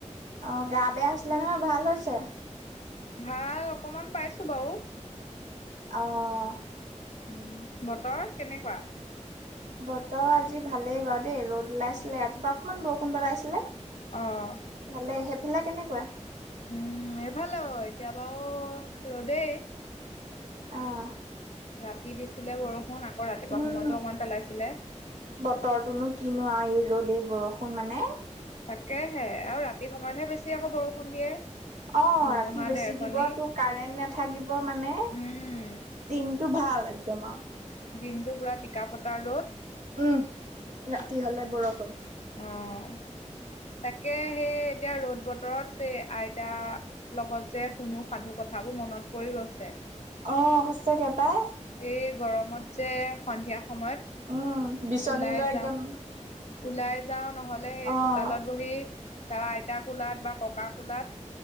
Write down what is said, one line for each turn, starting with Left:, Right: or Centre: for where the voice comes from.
Right: অ', গা বেয়া হৈছিলে নহয়, ভাল হৈছে?
Left: ভাল, অকমান পাইছো বাৰু
Right: অহ,
Left: উম, বতৰ কেনেকুৱা?
Right: বতৰ আজি ভালেই বাৰু দেই, ৰ'দ ওলাইছিলে, ৰাতিপুৱা অকমান বৰষুণ পেলাইছিলে।
Left: অ'
Right: ভালেই, সেইফালে কেনেকুৱা?
Left: উম, এফালেও এতিয়া বাৰু ৰ'দেই।
Right: অ '।
Left: ৰাতি দিছিলে বৰষুণ, আকৌ ৰাতিপুৱা
Right: উম
Left: সময়তো অকণমান পেলাইছিলে।
Right: বতৰটোনো কিনো এই ৰ'দ এই বৰষুণ মানে
Left: তাকেহে আকৌ ৰাতি সময়তহে বেছি আকৌ বৰষুণ দিয়ে।
Right: অ',
Left: ধুমুহা
Right: ৰাতি বেছি
Left: ঢেৰেকণী
Right: দিব তোৰ কাৰেণ্ট নাথাকিব মানে
Left: উম
Right: দিনটো ভাল একদম আৰু।
Left: দিনটো পুৰা টিকা ফটা ৰ'দ।
Right: উম, ৰাতি হলে বৰষুণ।
Left: অ', তাকে সেই এতিয়া ৰ'দ বতৰত এই আইতা লগত যে শুনো সাধু কথাবোৰ মনত পৰি গৈছে।
Right: অ', সঁচাকে পাই।
Left: এই গৰমত যে সন্ধিয়া সময়ত
Right: অ', বিচনী
Left: ওলাই
Right: লৈ একদম
Left: যাওঁ ওলাই যাওঁ নহ'লে সেই
Right: অ',
Left: চোতালত বহি তাৰ আইতা কোলাত বা ককা কোলাত